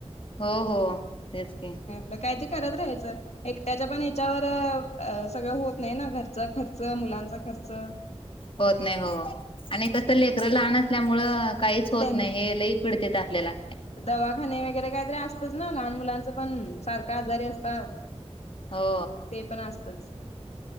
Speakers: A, on the left (about 55°); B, on the left (about 80°).
A: हो हो तेच की
B: म काय तरी करत राहायचं. एकट्याच्या पण ह्याच्यावर अ सगळं होत नाही ना घरचा खर्च, मुलांचा खर्च.
A: होत नाही हो, आणि कसं लेकरं लहान असल्यामुळे काहीच होत
B: त्यां
A: नाही हे लई पिडतेेत आपल्याला.
B: दवाखाने वगैरे काहीतरी असतच ना लहान मुलांचं पण, सारखे आजारी असतात.
A: हो,
B: ते पण असतच